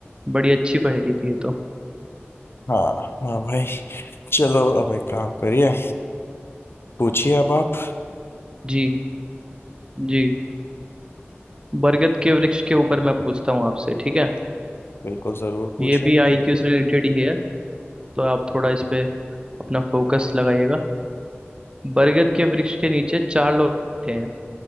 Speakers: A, on the right (about 20°); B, on the left (about 60°).
A: बड़ी अच्छी पहेली थी ये तो
B: हाँ हाँ भाई चलो अब एक काम करिए पूछिए अब आप
A: जी जी बरगद के वृक्ष के ऊपर मैं पूछता हूँ आपसे ठीक है
B: बिल्कुल जरूर पूछिए
A: ये भी आईक्यू से रिलेटेड ही है तो आप थोड़ा इस पे अपना फोकस लगाइएगा बरगद के वृक्ष के नीचे चार लोग बैठे हैं